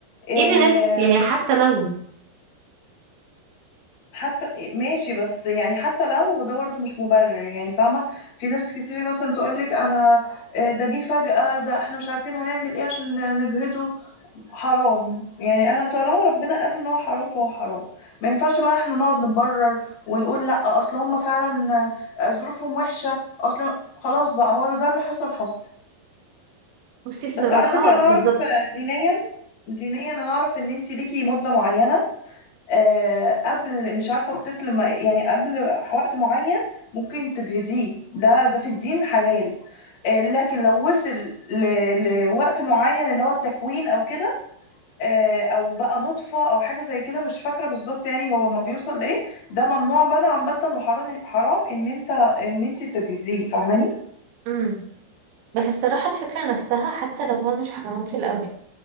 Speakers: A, on the left (about 40°); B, on the right (about 80°).
A: إيه...
B: even if يعني حتى لو
A: حتى ماشي بس يعني حتى لو ده برضه مش مبرر يعني فاهمة في ناس كتير مثلا تقولك أنا آه، ده جه فجأة ده احنا مش عارفين هنعمل ايه عشان نجهده حرام يعني أنا طالما ربنا قال إن هو حرام فهو حرام ما ينفعش بقى احنا نقعد نبرر ونقول لأ أصل هما فعلا آه، ظروفهم وحشة أصل خلاص بقى هو ده اللي حصل حصل
B: بصي الصراحة
A: بس على فكرة
B: بالظبط
A: أنا أعرف آه، دينيا دينيا أنا أعرف إن أنتي ليكي مدة معينة آه، قبل مش عارفة الطفل ما يعني قبل وقت معين ممكن تجهضيه ده ده في الدين حلال آه، لكن لو وصل ل- لوقت معين اللي هو التكوين او كده آه، او بقى نطفة او حاجة زي كده مش فاكرة بالظبط يعني هو ما بيوصل لايه ده ممنوع منعا باتا وحرام حرام ان انت ان انت تجهضيه فاهماني
B: امم بس الصراحة الفكرة نفسها حتى لو هو مش حرام في الأول